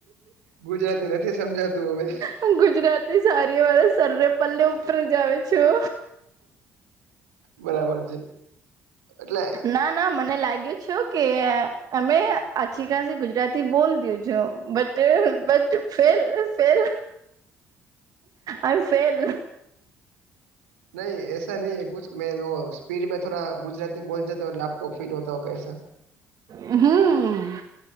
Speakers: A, on the right (about 80°); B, on the right (about 55°).
A: ગુજરાતી નથી સમજાતું હવે.
B: હ ગુજરાતી સારીવાળ સરરેપલ્લે ઉપર જાવ છું.
A: બરાબર છે. એટલે
B: ના ના મને લાગ્યું છે કે અમે આછી ખાાસ ગુજરાતી બોલ દું છું બટ બટ ફેલ ફ આ ફેલ
A: નહી એસા નહી હ કુછ મે સ્પીડ મે થોડા ગુજરાતી બોલ જ લાભ કો ફીલ હોતા હોય કસા.
B: હમ્મ.